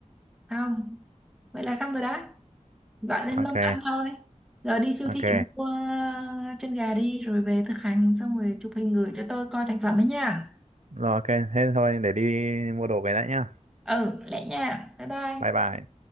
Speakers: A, in the centre; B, on the right.
A: xong vậy là xong rồi đó dọn lên
B: Ok,
A: mâm ăn thôi giờ đi siêu
B: ok.
A: thị mua chân gà đi rồi về thực hành xong rồi chụp hình gửi cho tôi coi thành phẩm ấy nha
B: Rồi, ok, thế thôi, để đi mua đồ về đã nhá.
A: ừ lẹ nha bye bye
B: Bye bye.